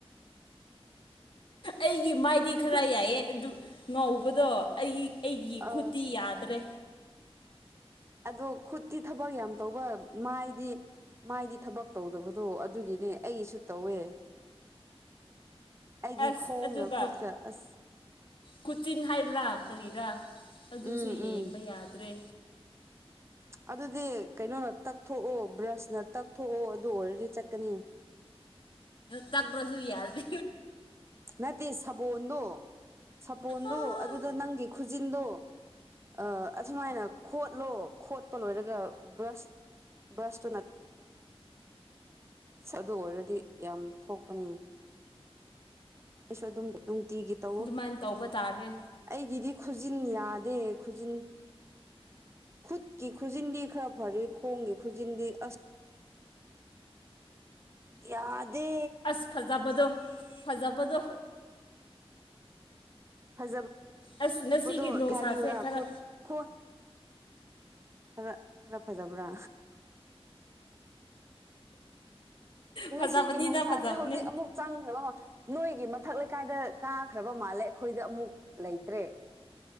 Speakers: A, on the left; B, on the right.
A: ꯑꯩꯒꯤ ꯃꯥꯏꯗꯤ ꯈꯔ
B: ꯈꯨꯠ
A: ꯌꯥꯏꯌꯦ ꯑꯗꯨ ꯉꯧꯕꯗꯣ ꯑꯩꯒꯤ ꯑꯩꯒꯤ
B: ꯑ
A: ꯈꯨꯠꯇꯤ ꯌꯥꯗ꯭ꯔꯦ
B: ꯑꯗꯣ ꯈꯨꯠꯇꯤ ꯊꯕꯛ ꯌꯥꯝ ꯇꯧꯕ ꯃꯥꯏꯗꯤ ꯃꯥꯏꯗꯤ ꯊꯕꯛ ꯇꯧꯗꯕꯗꯣ ꯑꯗꯨꯒꯤꯅꯦ ꯑꯩꯒꯤꯁꯨ ꯇꯧꯋꯦ ꯑꯩꯒꯤꯦ
A: ꯑꯁ
B: ꯈꯣꯒ
A: ꯑꯗꯨꯒ
B: ꯈꯨꯗꯀ ꯑꯁ
A: ꯈꯨꯆꯤꯟ ꯍꯥꯏꯕ꯭ꯔꯥ ꯀꯔꯤꯔꯥ ꯑꯗꯨꯁꯨ
B: ꯎꯝ
A: ꯌꯦꯡꯕ
B: ꯎꯝ
A: ꯌꯥꯗ꯭ꯔꯦ
B: ꯑꯗꯨꯗꯤ ꯀꯩꯅꯣꯅ ꯇꯛꯊꯣꯛꯑꯣ ꯕ꯭ꯔꯁꯅ ꯇꯛꯊꯣꯛꯑꯣ ꯑꯗꯨ ꯑꯣꯏꯔꯗꯤ ꯆꯠꯀꯅꯤ
A: ꯇꯒ꯭ꯔꯣꯁꯨꯨ ꯌꯥꯗ
B: ꯅꯠꯇꯦ ꯁꯥꯕꯣꯟꯗꯣ ꯁꯥꯕꯣꯟꯗꯣ
A: ꯑꯥ
B: ꯑꯗꯨꯗ ꯅꯪꯒꯤ ꯈꯨꯖꯤꯟꯗꯣ ꯑ ꯑꯗꯨꯃꯥꯏꯅ ꯈ ꯠꯂꯣ ꯈꯣꯠꯄ ꯂꯣꯏꯔꯒ ꯕ꯭ꯔꯁ ꯕ꯭ꯔꯁꯇꯨꯅ ꯁꯁ ꯑꯗꯨ ꯑꯣꯏꯔꯗꯤ ꯌꯥꯝ ꯊꯣꯛꯄꯅꯤ ꯑꯩꯁꯨ ꯑꯗꯨꯝ ꯅꯨꯡꯇꯤꯒꯤ ꯇꯧꯋ
A: ꯑꯗꯨꯃꯥꯏꯅ ꯇꯧꯕ ꯇꯥꯔꯦ
B: ꯑꯩꯒꯤꯗꯤ ꯈꯨꯖꯤꯟ ꯌꯥꯗꯦ ꯈꯨꯖꯤꯟ ꯈꯨꯠꯀꯤ ꯈꯨꯖꯤꯟꯗꯤ ꯈꯔ ꯐꯔ ꯈꯣꯡꯒꯤ ꯈꯨꯖꯤꯟꯗꯤ ꯑꯁ ꯌꯥꯗꯦ
A: ꯑꯁ ꯐꯖꯕꯗꯣ ꯐꯖꯕꯗꯣ
B: ꯐꯖꯕꯕꯗꯣ
A: ꯑꯁ ꯉꯁꯤꯒꯤ ꯅꯨꯡꯁꯥꯁꯦ
B: ꯀ ꯍꯥꯏꯕꯤꯌꯨꯔꯥ
A: ꯈꯔ
B: ꯈꯣ ꯈꯔ ꯈꯔ ꯐꯖꯕ꯭ꯔꯥ ꯉꯁꯤꯒꯤ
A: ꯐꯖꯕꯅꯤꯗ
B: ꯅꯨꯡꯁꯥꯁꯤꯗ
A: ꯐꯖꯕꯅꯤ
B: ꯍꯧꯖꯤꯛ ꯑꯃꯨꯛ ꯆꯪꯈ꯭ꯔꯕ ꯑꯃ ꯅꯣꯏꯒꯤ ꯃꯊꯛ ꯂꯩꯀꯥꯏꯗ ꯀꯥꯈ꯭ꯔꯕ ꯃꯥꯜꯂꯦ ꯑꯩꯈꯣꯏꯗ ꯑꯃꯨꯛ ꯂꯩꯇ꯭ꯔꯦ